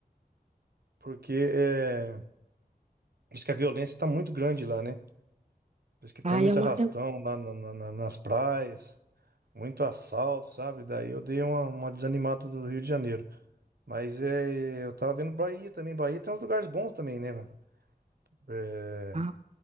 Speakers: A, on the right; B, on the right.
A: porque é, diz que a violência está muito grande lá, né? Diz que tem
B: Ah,
A: muito
B: é uma
A: arrastão
B: é- um,
A: lá na- na- na- nas praias, muito assalto, sabe? Daí eu dei uma, uma desanimada do Rio de Janeiro. Mas é, eu tava vendo Bahia também. Bahia tem uns lugares bons também, né, mano? É
B: ah,